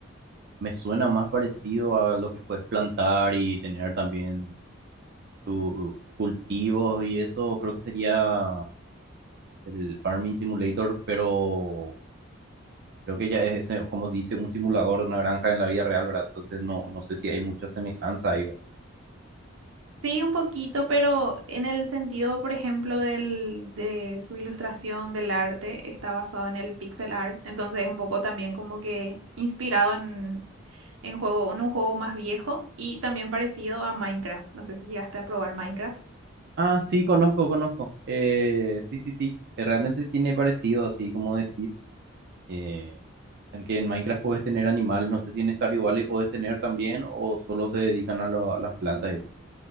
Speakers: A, on the right; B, on the right.
A: me suena más parecido a lo que puedes plantar y tener también tus cultivos y eso. Creo que sería el Farming Simulator, pero creo que ya es ese, como dice, un simulador de una granja en la vida real, ¿verdad? Entonces no, no sé si hay mucha semejanza ahí, ¿verdad?
B: Sí, un poquito, pero en el sentido, por ejemplo, del, de su ilustración del arte, está basado en el pixel art, entonces es un poco también como que inspirado en juego, en un juego más viejo y también parecido a Minecraft. No sé si llegaste a probar Minecraft.
A: Ah, sí, conozco, conozco. Eh, sí, sí, sí. Eh, Realmente tiene parecido, así como decís. Eh, aunque en Minecraft puedes tener animales, no sé si en Stardew Valley puedes tener también o solo se dedican a, la- a las plantas y eso.